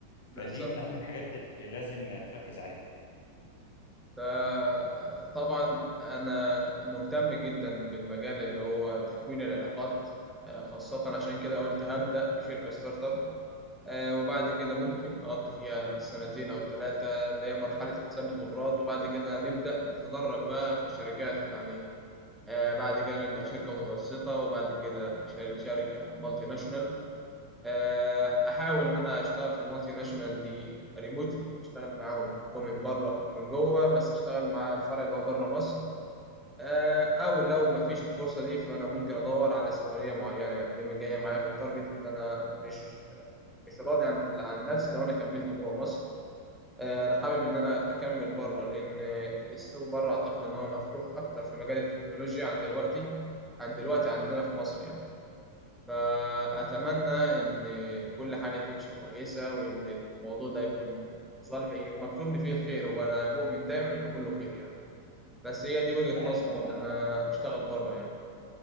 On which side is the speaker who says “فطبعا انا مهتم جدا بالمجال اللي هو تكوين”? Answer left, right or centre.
Centre